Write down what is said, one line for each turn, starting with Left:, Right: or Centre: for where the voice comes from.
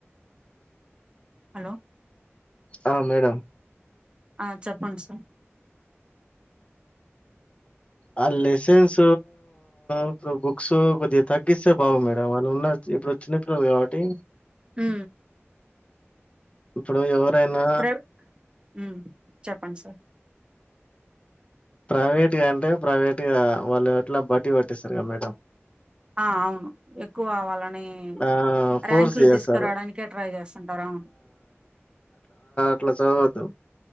Right: హలో
Left: ఆ మేడం
Right: ఆ చెప్పండి సార్
Left: ఆ లెసన్స్ ఇప్పుడు బుక్స్ కొద్దిగా తగ్గిస్తే బాగు మేడం వాళ్ళు ఉన్న ఇప్పుడు చిన్నపిల్లలు కాబట్టి
Right: హు
Left: ఇప్పుడు ఎవరైనా
Right: ప్ర ఉమ్ చెప్పండి సార్
Left: ప్రైవేట్గా అంటే ప్రైవేట్గా వాళ్ళు ఎట్లా బట్టివట్టిస్తరుగా మేడం
Right: ఆ అవును ఎక్కువవాలని
Left: ఆ ఫోర్స్
Right: ర్యాంకులు
Left: చేస్తారు
Right: తీసుకురావడానికే ట్రై చేస్తుంటారు అవును
Left: అట్ల చదువొద్దు